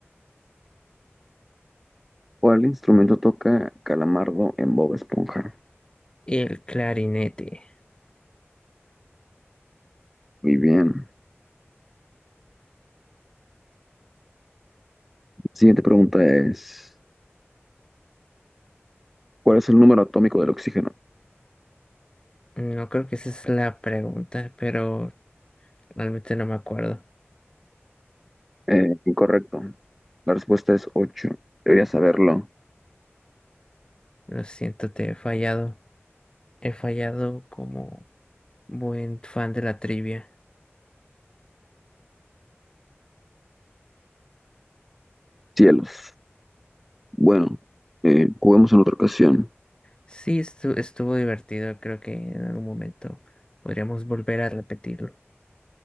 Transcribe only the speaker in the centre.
¿Cuál instrumento toca Calamardo en Bob Esponja?
Muy bien. Siguiente pregunta es, ¿cuál es el número atómico del oxígeno?
Eh, incorrecto. La respuesta es 8. Debería saberlo.
Cielos. Bueno, eh, juguemos en otra ocasión.